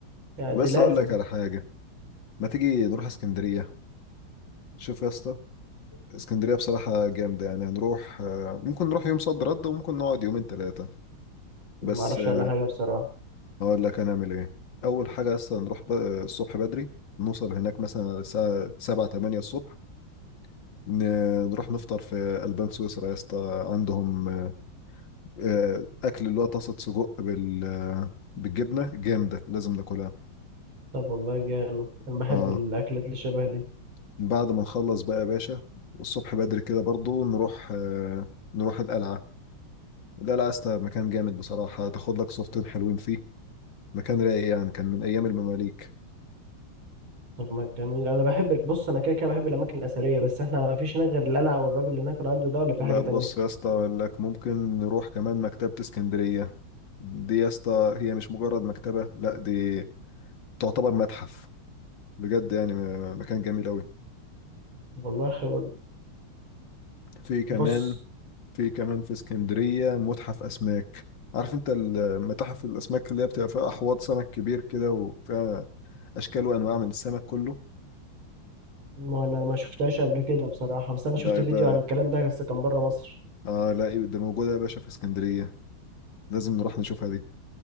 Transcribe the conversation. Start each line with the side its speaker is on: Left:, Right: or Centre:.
Right: يعني
Left: طب
Right: دي
Left: بس
Right: لازم
Left: أقول لك على حاجة ما تيجي نروح اسكندرية شوف يا اسطى اسكندرية بصراحة جامدة يعني هنروح آه، ممكن نروح يوم صد رد وممكن نقعد يومين ثلاثة بس
Right: معرفش
Left: آه،
Right: عنها حاجة بصراحة
Left: هقول لك هنعمل ايه أول حاجة أصلا نروح ب- آه، الصبح بدري نوصل هناك مثلا الساعة سبعة تمانية الصبح ن- نروح نفطر في ألبان سويسرا يا اسطى عندهم آه، آه، أكل اللي هو طاسة سجق بال آه، بالجبنة جامدة لازم ناكلها
Right: طب والله جامد أنا بحب
Left: اه
Right: الأكلات اللي شبه دي
Left: بعد ما نخلص بقى يا باشا الصبح بدري كده برضو نروح آه، نروح القلعة القلعة يا اسطى مكان جامد بصراحة تاخد لك صورتين حلوين فيه مكان رايق يعني كان من ايام المماليك
Right: طب ما جميل أنا بحب بص أنا كده كده بحب الأماكن الأثرية بس إحنا ما فيش هناك غير القلعة والراجل اللي هناك عنده ده ولا في
Left: لا
Right: حاجة تانية
Left: بص يا اسطى اقول لك ممكن نروح كمان مكتبة اسكندرية دي يا اسطى هي مش مجرد مكتبة لا دي تعتبر متحف بجد يعني م- مكان جميل قوي
Right: والله خير والله.
Left: في كمان
Right: بص
Left: في كمان في اسكندرية متحف اسماك عارف انت المتاحف الاسماك اللي هي بتبقى فيها احواض سمك كبير كده وفيها اشكال وانواع من السمك كله
Right: ما انا ما شفتهاش قبل كده بصراحة بس انا
Left: ده
Right: شفت
Left: يبقى
Right: فيديو عن الكلام ده بس كان بره مصر
Left: اه لا يبقى ده موجودة يا باشا في اسكندرية لازم نروح نشوفها دي